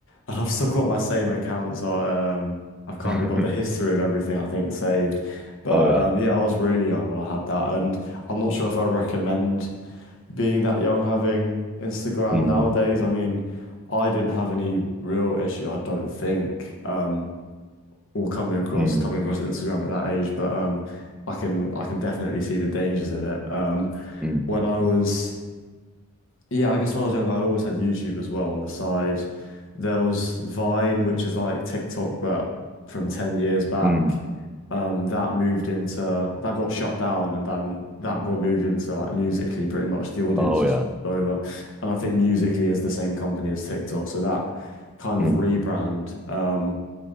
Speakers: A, on the left; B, in the centre.
A: and <laughs> I've still got my same accounts. I, um, I've kind
B: <laughs>
A: of got the history of everything, I think, saved. But
B: Oh yeah.
A: um, yeah, I was really young when I had that. And I'm not sure if I recommend being that young having Instagram
B: Mm,
A: nowadays. I mean, I didn't have any real issue, I don't think. Um, or coming across
B: mm,
A: coming across Instagram at that age, but um, I can I can definitely see the dangers of it. Um,
B: mm,
A: when I was yeah, I guess when I was younger, I always had YouTube as well on the side. There was Vine, which is like TikTok, but from ten years back.
B: mm.
A: Um, that moved into that got shut down, and then that got moved into like Musically. Pretty much the audience
B: Oh
A: just
B: yeah.
A: took over, and I think Musically is the same company as TikTok, so that kind
B: Mm,
A: of rebrand. Um,